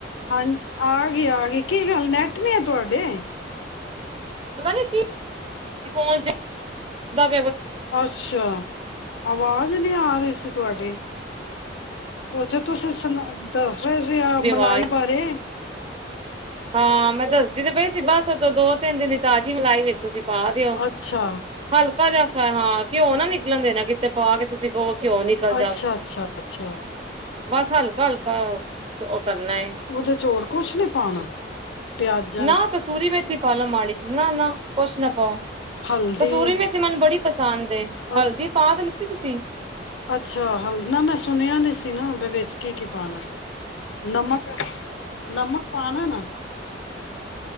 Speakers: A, on the left; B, on the right.
A: ਹਾਂ ਆ ਗਈ ਆ ਗਈ ਕੀ ਗੱਲ ਨੈਟ ਨੇ ਆ ਤੁਹਾਡੇ
B: ਪਤਾ ਨੀ ਕੀ ਫ
A: ਅੱਛਾ ਆਵਾਜ਼ ਨਹੀਂੀ ਆ ਰਹੀ ਸੀ ਤੁਹਾਡੀ ਅੱਛਾ ਤੁਸੀਂ ਸੁ ਦੱਸ ਦੱਸ ਰਹੇ ਸੀ ਆ ਮਲਾਈ
B: ਆਵਾਜ਼
A: ਬਾਰੇ
B: ਹਾਂ ਮੈਂ ਦੱਸਦੀ ਤੇ ਪਈ ਸੀ ਬਸ ਉਦੋਂ ਦੋ ਤਿੰਨ ਦਿਨ ਤਾਜ਼ੀ ਮਲਾਈ ਵੇਚ ਸੀ ਪਾ ਦਿਓ
A: ਅੱਛਾ
B: ਹਲਕਾ ਜਾਿਹਾ ਹਾਂ ਘਿਓ ਨਾ ਨਿਕਲਣ ਦੇ ਨਾ ਕਿਤੇ ਪਾ ਕੇ ਤੁਸੀਂ ਘਿਓ ਨਿਕਲ
A: ਅੱਛਾ ਅੱਛਾ ਅੱਛਾ
B: ਹਲਕ ਹਲਕਾ ਕਰਨਾ ਹੈ
A: ਉਹਦੇ ਚ ਹੋਰ ਕੁਛ ਨੀ ਪਾਣਾ ਪਿਆਜਾਂ
B: ਨਾ
A: ਚ
B: ਕਸੂਰੀ ਮੈਂ ਥੀ ਫਾਲੋ ਮ ਸੀ ਨਾ ਨਾ ਪਚਨਾਪ
A: ਹਲਦੀ
B: ਕਸੂਰੀ ਮੇ ਤੇ ਮੈਨੂੰ ਬੜੀ ਸਦੇ ਹਲਦੀ
A: ਅ
B: ਪਾ ਦੇ ਤੁਸੀਂ
A: ਅੱਛਾ ਹ ਨਾ ਮੈਂ ਸੁਣਿਆ ਨਹੀਂ ਸੀ ਨਾ ਵਿੱਚ ਕੀ ਕੀ ਪਾਣਾ ਨਮਕ ਨਮਕ ਪਾਉਣਾ ਨਾ